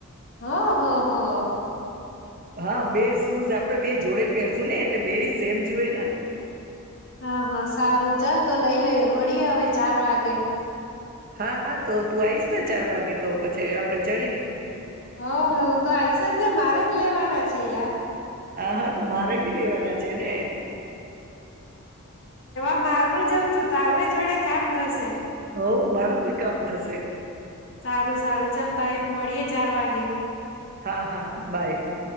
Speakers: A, on the left (about 55°); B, on the right (about 40°).
A: હા હા હા.
B: હા બેસ શુંઝ આપડે બે જોડે પહેરશું ને એટલે બેની સેમ જોએ ને
A: હા હા સારું ચાલ તો લઈ લઈએ મળીએ હવે ચાર વાગે
B: હા હા તો તું આવીઈશ ને ચાર વાગે તો પછી આપડે ચલી
A: હ તો આઈશ જ મારે રે જ લેવાના છે યાર.
B: હા હા તો મારે ભી લેવાના છે ને
A: બારું જઉં છું તારું એ જોડે કામ થશે
B: હ મારું બી કામ થશે
A: સારું સારું ચાલ બાય મળીએ ચાર વાગે
B: હા હા બાય